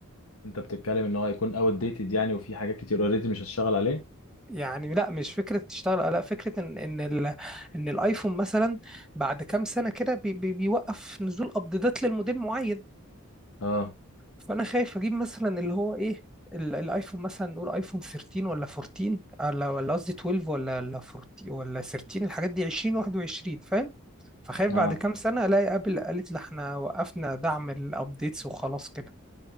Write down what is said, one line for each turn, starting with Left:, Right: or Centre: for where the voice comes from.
Left: انت بتتكلم ان هو هيكون اوت ديتد يعني وفي حاجات كتير اوريدي مش هتشتغل عليه
Centre: يعني لا مش فكره تشتغل لا فكره ان ان ال ان الايفون مثلا بعد كام سنه كده بي بي بيوقف نزول ابديتات للموديل معين
Left: اه
Centre: فانا خايف اجيب مثلا اللي هو ايه ال- الايفون مثلا نقول ايفون 13 ولا 14 ولا ولا قصدي 12 ولا ولا 14 ولا 13 الحاجات دي 20 21 فاهم فخايف بعد
Left: اه
Centre: كام سنة الاقي ابل قالت لي احنا وقفنا دعم الابديتس وخلاص كده